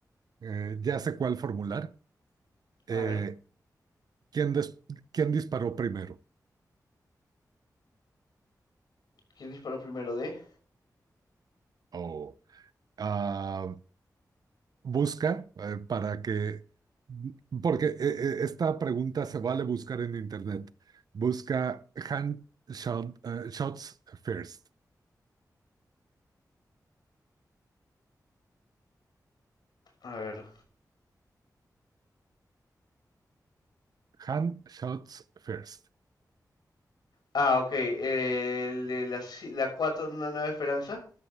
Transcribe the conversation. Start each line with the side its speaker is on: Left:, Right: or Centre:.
Right: eh, ya sé cuál formular. Eh,
Left: A ver,
Right: ¿quién, des- quién disparó primero?
Left: ¿quién disparó primero de?
Right: O ah, busca eh, para que, porque eh, eh, esta pregunta se vale buscar en internet. Busca hand shot- eh, shots first.
Left: A ver.
Right: Hand shots first.
Left: Ah, ok, eh, el de la, si, la 4 de una nueva esperanza,